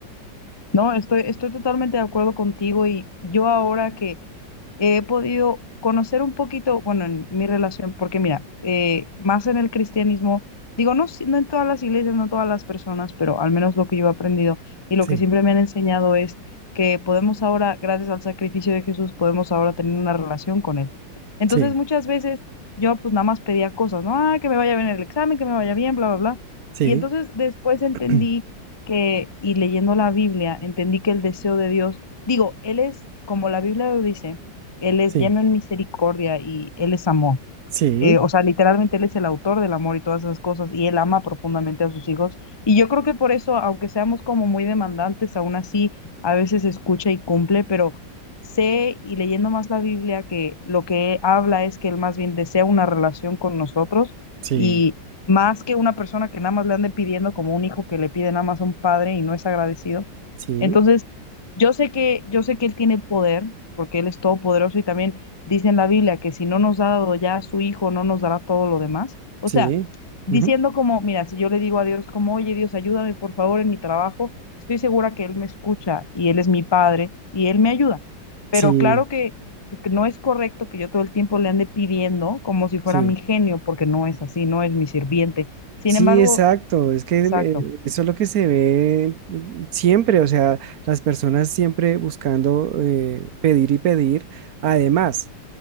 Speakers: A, on the left; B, on the right.
A: No, estoy, estoy totalmente de acuerdo contigo y yo ahora que he podido conocer un poquito, bueno, en mi relación, porque mira, eh, más en el cristianismo, digo, no, si- no en todas las iglesias, no todas las personas, pero al menos lo que yo he aprendido y lo
B: Sí,
A: que siempre me han enseñado es que podemos ahora, gracias al sacrificio de Jesús, podemos ahora tener una relación con Él. Entonces,
B: sí,
A: muchas veces yo pues nada más pedía cosas, ¿no? Ah, que me vaya bien el examen, que me vaya bien, bla, bla, bla.
B: sí,
A: Y entonces después entendí
B: <clears throat>
A: que, y leyendo la Biblia, entendí que el deseo de Dios, digo, Él es, como la Biblia lo dice, Él es
B: sí,
A: lleno en misericordia y Él es amor.
B: sí,
A: Eh, o sea, literalmente Él es el autor del amor y todas esas cosas, y Él ama profundamente a sus hijos. Y yo creo que por eso, aunque seamos como muy demandantes, aún así a veces escucha y cumple, pero sé y leyendo más la Biblia que lo que habla es que Él más bien desea una relación con nosotros
B: sí,
A: y más que una persona que nada más le ande pidiendo como un hijo que le pide nada más a un padre y no es agradecido.
B: <clears throat>
A: Entonces,
B: sí,
A: yo sé que, yo sé que él tiene poder, porque él es todopoderoso y también dice en la Biblia que si no nos ha dado ya a su hijo, no nos dará todo lo demás. O
B: sí,
A: sea, diciendo
B: ujú,
A: como, mira, si yo le digo a Dios como, oye Dios, ayúdame por favor en mi trabajo, estoy segura que él me escucha y él es mi padre y él me ayuda. Pero
B: sí,
A: claro que que no es correcto que yo todo el tiempo le ande pidiendo como si fuera
B: sí,
A: mi genio, porque no es así, no es mi sirviente. Sin
B: Sí,
A: embargo,
B: exacto. Es que eh,
A: exacto.
B: eso es lo que se ve mm, siempre, o sea, las personas siempre buscando eh, pedir y pedir. Además,